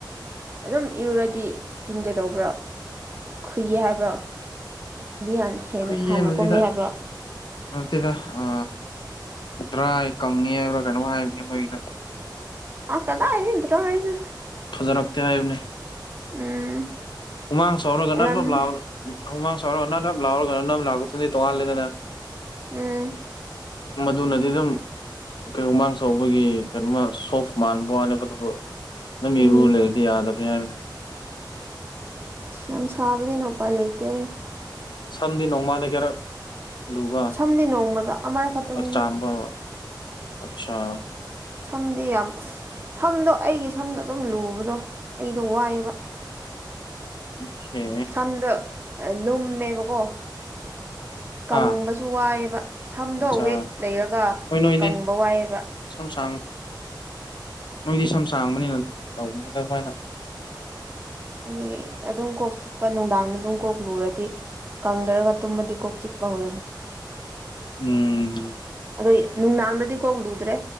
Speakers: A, on the right (about 30°); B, on the left (about 70°).
A: ꯑꯗꯨꯝ ꯏꯔꯨꯔꯗꯤ ꯏꯁꯀꯤꯟ ꯀ ꯇꯧꯕ꯭ꯔꯣ ꯈꯨꯨꯏꯌꯦ ꯍꯥꯏꯕ꯭ꯔꯣ ꯍꯥꯟ ꯍꯦꯟꯅ
B: ꯈꯨ ꯌꯦꯕꯁꯤꯗ
A: ꯍꯥꯟꯅ ꯀꯨꯝꯃꯦ ꯍꯥꯏꯕ꯭ꯔꯣ
B: ꯃꯁꯤꯗ ꯑ ꯗ꯭ꯔꯥ ꯀꯪꯉꯦ ꯍꯥꯏꯕ꯭ꯔꯥ ꯀꯩꯅꯣ ꯍꯥꯏꯕꯅꯦ ꯃꯣꯏꯗ
A: ꯑ ꯀꯗ ꯑꯏꯗꯤ ꯏꯇꯔꯣ ꯑꯅ
B: ꯐꯖꯔꯛꯇꯦ ꯍꯥꯏꯕꯅꯦ
A: ꯎꯝ
B: ꯍꯨꯃꯥꯡ ꯁꯧꯔꯒ ꯅꯠꯂꯞ
A: ꯉꯝꯗꯦ
B: ꯂꯥꯎꯑꯣ ꯍ ꯃꯥ ꯁꯔ ꯂꯥꯎꯔꯝ ꯂ ꯇꯣꯉ ꯂꯩꯗꯅ
A: ꯎꯝ
B: ꯃꯗꯨ ꯅꯗꯤꯗꯝ ꯀꯩ ꯎꯃꯥꯡ ꯆꯥꯎꯧꯕꯒꯤ ꯀꯩꯅꯣꯃ ꯁꯣꯐ ꯃꯥꯟꯕ ꯋꯥꯅꯦꯕꯗꯨꯕꯨ ꯅꯪ
A: ꯎꯝ
B: ꯏꯔꯨ ꯂꯩꯕꯗꯤ ꯌꯥꯗꯕꯅꯤ ꯍꯥꯏꯕꯅꯦ
A: ꯑꯁ ꯌꯥꯝ ꯁꯥꯕꯅꯤꯅ ꯎꯄꯥꯏ ꯂꯩꯇꯦ
B: ꯁꯝꯗꯤ ꯅꯣꯡꯃꯗ ꯀꯦꯔ ꯂꯨꯍ
A: ꯁꯝꯗꯤ ꯅꯣꯡꯃꯗ ꯑꯃꯔꯛ ꯈꯛꯇꯅꯤꯍꯦ
B: ꯆꯥꯡꯕꯥ ꯑꯆꯥ
A: ꯁꯝꯗꯤ ꯌꯥꯝ ꯁꯝꯗꯣ ꯑꯩꯒꯤ ꯁꯝꯗꯣ ꯑꯗꯨꯝ ꯂꯨꯕꯗꯣ ꯑꯩꯗꯣ ꯋꯥꯏꯑꯕ
B: ꯑꯣꯀꯦ
A: ꯁꯝꯗꯣ ꯂꯨꯝꯃꯦꯕꯀꯣ ꯀꯪꯕꯁꯨ
B: ꯍꯥ
A: ꯋꯥꯏꯑꯕ ꯁꯝꯗꯣ
B: ꯑꯠꯆꯥ
A: ꯋꯦꯠ ꯂꯩꯔꯒ
B: ꯍꯣꯏ ꯅꯣꯏꯗꯤ
A: ꯀꯪꯕ ꯋꯥꯏꯑꯦꯕ
B: ꯁꯝ ꯁꯥꯡ ꯅꯣꯏꯗꯤ ꯁꯝ ꯁꯥꯡꯕꯅꯤꯅ ꯇꯧꯕꯅꯤꯅ ꯑꯗꯨꯃꯥꯏꯅ
A: ꯑꯗꯨꯒꯤ ꯑꯗꯨꯝ ꯀꯣꯛ ꯆꯤꯛꯄ ꯅꯨꯡꯗꯥꯡꯗ ꯑꯗꯨꯝ ꯀꯣꯛ ꯂꯨꯔꯗꯤ ꯀꯪꯗꯔꯒ ꯇꯨꯝꯃꯗꯤ ꯀꯣꯛ ꯆꯤꯛꯄ ꯍꯧꯔꯅꯤ
B: ꯎꯝ
A: ꯅꯣꯏ ꯅꯨꯡꯗꯥꯡꯗꯗꯤ ꯀꯣꯛ ꯂꯨꯗ꯭ꯔꯦ